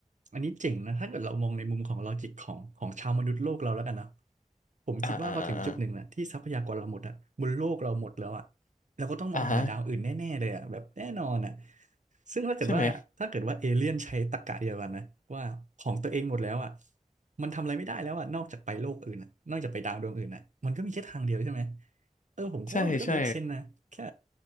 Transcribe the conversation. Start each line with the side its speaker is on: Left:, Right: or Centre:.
Right: อันนี้เจ๋งนะถ้าเกิดเรามองในมุมของลอจิกของของชาวมนุษย์โลกเราแล้วกันเนาะผมคิดว่าพอถึงจุดหนึ่งนะที่ทรัพยากรเราหมดอะบนโลกเราหมดแล้วอะ
Left: อ่าอ่าอ่าอ่า
Right: เราก็ต้องมองหาดาวอื่นแน่ๆเลยอะแบบแน่นอนอะ
Left: อ่าฮะ
Right: ซึ่งถ้าเกิดว่าถ้าเกิดว่าเอเลี่ยนใช้ตรรกะเดียวกันนะว่าของตัวเองหมดแล้วอะ
Left: ใช่ไหม
Right: มันทำอะไรไม่ได้แล้วอะนอกจากไปโลกอื่นอะนอกจากไปดาวดวงอื่นอะมันก็มีแค่ทางเดียวใช่ไหมเออผมก็ว่ามันก็
Left: ใช่ใช่
Right: make sense นะแค่